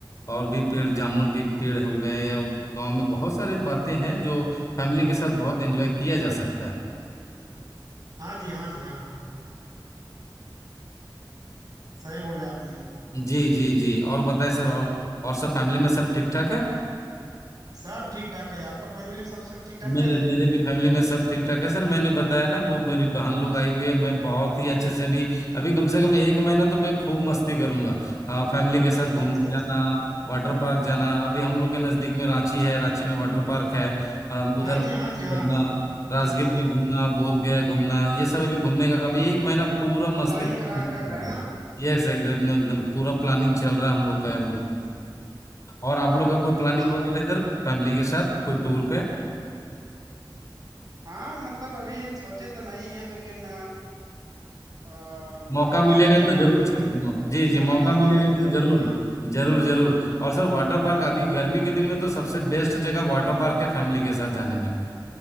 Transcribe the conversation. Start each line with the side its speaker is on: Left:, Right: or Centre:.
Left: और भी पेड़ जामुन के पेड़ हो गए या गांव में बहुत सारी बातें हैं जो फैमिली के साथ बहुत एंजॉय किया जा सकता है
Right: हाँ जी हाँ जी हाँ हाँ सही बोले आपने
Left: जी जी जी और बताएं सर और और सब फैमिली में सब ठीक ठाक है
Right: सब ठीक ठाक है आपका फैमिली में सब सब ठीक ठाक
Left: मेरे
Right: है ना
Left: मेरे भी फैमिली में सब ठीक ठाक है सर मैंने बताया ना वो मेरी बहन लोग आई हुई है मैं बहुत ही अच्छे से अभी अभी कम से कम एक महीना तो मैं खूब मस्ती करूंगा आ, फैमिली के साथ घूमने
Right: अच्छा अच्छा
Left: जाना वाटर पार्क जाना अभी हम लोग के नजदीक में रांची है रांची में वाटर पार्क है अ, उधर
Right: हाँ जी हाँ जी हाँ
Left: करना
Right: हम-
Left: राजगीर
Right: हाँ जी हाँ
Left: में घूमना बोध गया घूमना ये सब अभी घूमने का काम एक महीना पूरा मस्ती
Right: प्लानिंग करा
Left: <laughs>
Right: कर रहे हैं ना
Left: यस एकदम एकदम पूरा प्लानिंग चल रहा है हम लोग का एकदम और आप लोग का कोई
Right: अच्छा
Left: प्लानिंग वगैरह
Right: जी
Left: इधर फैमिली के साथ कोई टूर
Right: हाँ मतलब अभी सोचे तो नहीं है लेकिन अ,
Left: मौका
Right: पापा
Left: मिलेगा
Right: तो अभी
Left: तो
Right: थोड़ा
Left: जरूर
Right: बिजी
Left: से-
Right: रह
Left: हाँ। जी जी
Right: मौका
Left: मौका
Right: मिलेगा
Left: मिलेगा
Right: तो
Left: तो
Right: जरूर
Left: जरूर
Right: हाँ
Left: जरूर जरूर और सर वाटर पार्क अभी गर्मी के दिन में तो सबसे बेस्ट जगह वाटर पार्क है फैमिली के साथ जाने में